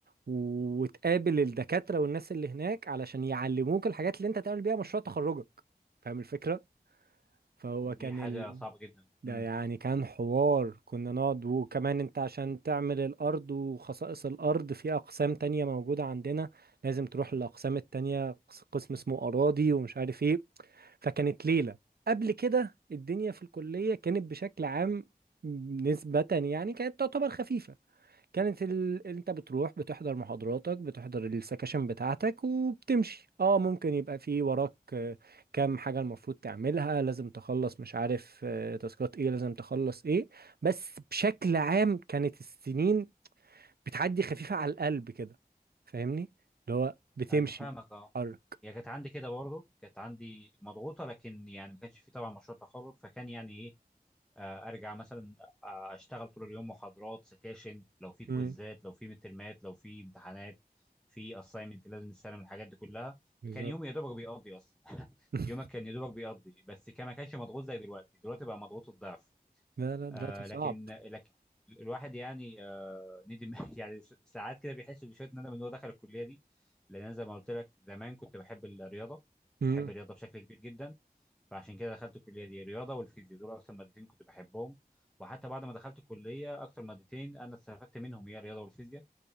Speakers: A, on the right; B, in the centre.
A: وتقابل الدكاتره والناس اللي هناك علشان يعلموك الحاجات اللي انت تعمل بيها مشروع تخرجك فاهم الفكره فهو
B: دي
A: كان
B: حاجه
A: ال...
B: صعبه جدا
A: ده
B: امم
A: يعني كان حوار كنا نقعد وكمان انت عشان تعمل الارض وخصائص الارض في اقسام تانية موجودة عندنا لازم تروح للاقسام التانية قس- قسم اسمه اراضي ومش عارف ايه فكانت ليلة قبل كده الدنيا في الكلية كانت بشكل عام نسبة يعني كانت تعتبر خفيفة كانت ال... انت بتروح بتحضر محاضراتك بتحضر السكاشن بتاعتك وبتمشي اه ممكن يبقى في وراك آه، كام حاجة المفروض تعملها لازم تخلص مش عارف آه، تاسكات ايه لازم تخلص ايه بس بشكل عام كانت السنين بتعدي خفيفة على القلب كده فاهمني اللي هو بتمشي
B: انا فاهمك
A: بتتحرك
B: اه هي كانت عندي كده برضه كانت عندي مضغوطه لكن يعني ما كانش في طبعا مشروع تخرج فكان يعني ايه آه، ارجع مثلا آه، اشتغل طول اليوم محاضرات سكاشن لو في كويزات
A: امم
B: لو في مترمات لو في امتحانات في اساينمنت لازم تسلم الحاجات دي كلها
A: بالظبط
B: فكان يومي يا دوبك بيقضي اصلا <laughs>
A: <laughs>
B: يومك كان يا دوبك بيقضي بس كان ما كانش مضغوط زي دلوقتي دلوقتي بقى مضغوط الضعف
A: لا لا دلوقتي
B: آه
A: صعب
B: لكن لكن الواحد يعني آه ندم <laughs> يعني س- ساعات كده بيحس بشويه ندم ان هو دخل الكليه دي لان انا زي ما قلت لك زمان كنت بحب الرياضه
A: امم
B: بحب الرياضه بشكل كبير جدا فعشان كده دخلت الكليه دي الرياضه والفيزياء دول اكتر مادتين كنت بحبهم وحتى بعد ما دخلت الكليه اكتر مادتين انا استفدت منهم هي الرياضه والفيزياء